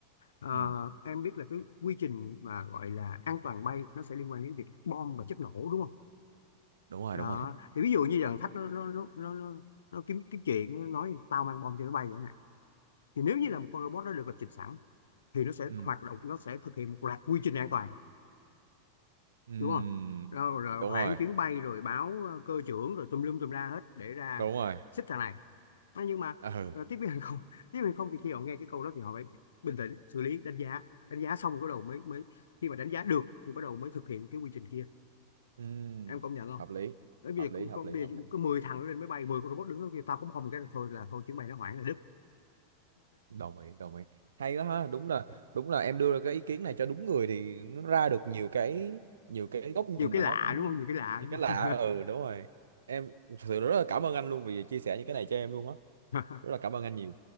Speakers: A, on the left; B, on the right.
A: Ờ,
B: ừ
A: em biết là cái quy trình mà gọi là an toàn bay nó sẽ liên quan đến việc bom và chất nổ đúng không?
B: đúng rồi
A: Đó.
B: đúng rồi
A: Thì ví dụ như dàn khách nó nó nó nó, nó, nó kiếm kiếm chuyện nó nói tao mang bom cho nó bay vậy nè. Thì nếu như là một con robot nó được lập trình sẵn thì nó sẽ
B: ừ
A: hoạt động nó sẽ thực hiện một loạt quy trình an toàn
B: ừ
A: đúng không? Rồi, rồi
B: đúng
A: hoãn
B: rồi
A: chuyến bay rồi báo ờ, cơ trưởng rồi tùm lum tùm la hết để ra
B: đúng rồi
A: xích thằng này Thế nhưng mà
B: ừ
A: ờ, tiếp viên hàng không <laughs> tiếp viên hàng không thì khi họ nghe cái câu đó thì họ phải bình tĩnh xử lý đánh giá đánh giá xong bắt đầu mới mới khi mà đánh giá được thì bắt đầu mới thực hiện cái quy trình kia
B: ừ
A: em công nhận không
B: hợp lý
A: bởi vì
B: hợp lý
A: con
B: hợp
A: con-
B: lý
A: bây
B: hợp
A: giờ
B: lý
A: có 10 thằng nó lên máy bay 10 con robot đứng đó kia tao cũng không cái thôi là thôi chứng mày nó hoảng là đứt
B: đồng ý đồng ý hay quá ha đúng là đúng là em đưa ra cái ý kiến này cho đúng người thì nó ra được nhiều cái nhiều cái góc nhìn
A: nhiều cái
B: mà
A: lạ
B: nó cũng
A: đúng không nhiều cái lạ
B: nhiều
A: đúng
B: cái lạ
A: không
B: ừ đúng rồi em thực sự rất là cảm ơn anh luôn vì chia sẻ những cái này cho em luôn á
A: <laughs>
B: rất là cảm ơn anh nhiều